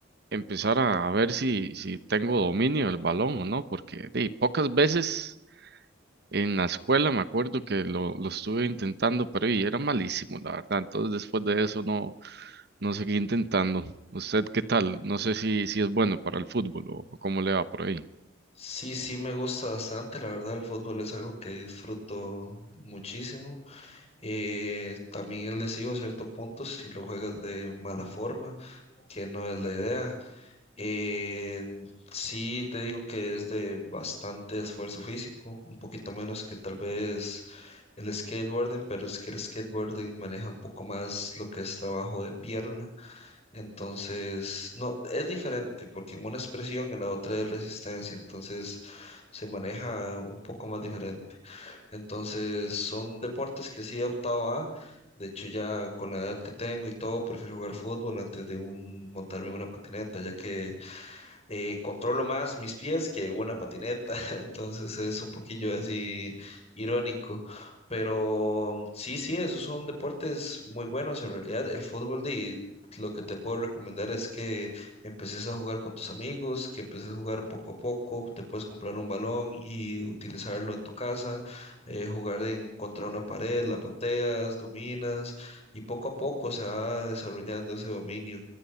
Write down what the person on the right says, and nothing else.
empezar a, a ver si, si tengo dominio del balón o no, porque di, pocas veces en la escuela me acuerdo que lo, lo estuve intentando, pero y era malísimo, la verdad. Entonces después de eso no, no seguí intentando. ¿Usted qué tal? No sé si, si es bueno para el fútbol o, o cómo le va por ahí.